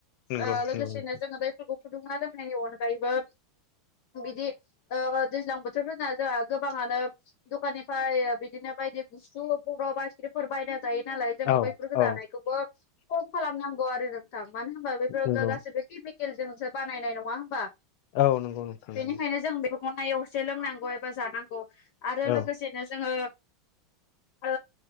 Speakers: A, on the left (about 80°); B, on the left (about 65°).
A: नंगौ
B: ओ लोगोसेनो
A: नंगौ
B: जोंङो बे दैफोरखौ फुदुंना लोंनायनि अनगायैबो बिदि ओ दैज्लां बोथोरफोरना जोंहा गोबांङानो दखाननिफ्राय बिदिनो बायदि गुसु बरफ आइसख्रिमफोर बायना जायो नालाय जोंङो
A: औ
B: बैफोरखो
A: औ
B: जानाय खौबो खम खालामनांगौ आरो नोंथां मानो होनबा बेफोर
A: नंगौ
B: गो गासै किमिकेलजोंसो बानायनाय नंङा होमबा
A: औ नंगौ नोंथां
B: बेनिखायनो
A: नंगौ
B: जों बेखौ खनायावसो लोंनांगौ एबा जानांगौ आरो
A: औ
B: लोगोसेनो जोंङो ओ